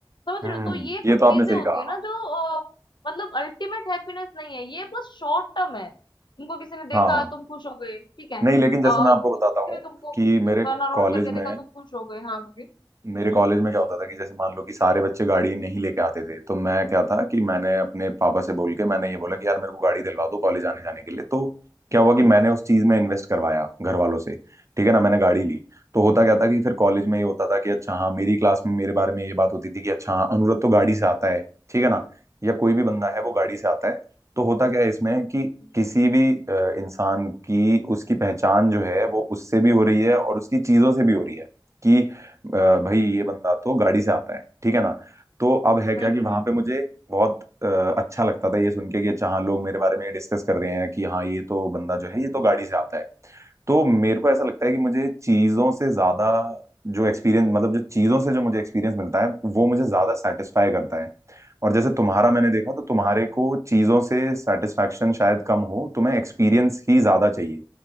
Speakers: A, on the left; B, on the right.
A: समझ
B: हम्म
A: रहे हो तो ये
B: ये
A: कुछ
B: तो आपने
A: चीजें
B: सही
A: होती
B: कहा
A: है ना जो अ, मतलब अल्टीमेट हैप्पीनेस नहीं है ये बस शॉर्ट टर्म है तुमको किसी ने
B: हाँ
A: देखा तुम खुश हो गए ठीक है
B: नहीं लेकिन जैसे
A: और
B: मैं आपको
A: किसी
B: बताता हूँ
A: ने तुमको
B: कि मेरे
A: टर्न अराउंड
B: कॉलेज
A: करके देखा
B: में
A: तुम खुश हो गए हाँ बोलिए
B: मेरे
A: हम्म
B: कॉलेज में क्या होता था कि जैसे मान लो कि सारे बच्चे गाड़ी नहीं लेके आते थे तो मैं क्या था कि मैंने अपने पापा से बोल के मैंने ये बोला कि यार मेरे को गाड़ी दिलवा दो कॉलेज आने जाने के लिए तो क्या हुआ कि मैंने उस चीज में इन्वेस्ट करवाया घर वालों से ठीक है ना मैंने गाड़ी ली तो होता क्या था कि फिर कॉलेज में ये होता था कि अच्छा हाँ मेरी क्लास में मेरे बारे में ये बात होती थी कि अच्छा हाँ अनुरत तो गाड़ी से आता है ठीक है ना या कोई भी बंदा है वो गाड़ी से आता है तो होता क्या है इसमें कि
A: हम्म
B: किसी भी अ, इंसान की उसकी पहचान जो है वो उससे भी हो रही है और उसकी चीजों से भी हो रही है कि अ, भाई ये बंदा तो गाड़ी से आता है ठीक है ना तो अब है क्या
A: हम्म,
B: कि
A: हम्म।
B: वहां पे मुझे बहुत अ, अच्छा लगता था ये सुन के कि अच्छा हाँ लोग मेरे बारे में डिस्कस कर रहे हैं कि हाँ ये तो बंदा जो है ये तो गाड़ी से आता है तो मेरे को ऐसा लगता है कि मुझे चीजों से ज्यादा जो एक्सपीरियंस मतलब जो चीजों से जो मुझे एक्सपीरियंस मिलता है वो मुझे ज्यादा सेटिस्फाई करता है और जैसे तुम्हारा मैंने देखा तो तुम्हारे को चीजों से सेटिस्फेक्शन शायद कम हो तुम्हें एक्सपीरियंस ही ज्यादा चाहिए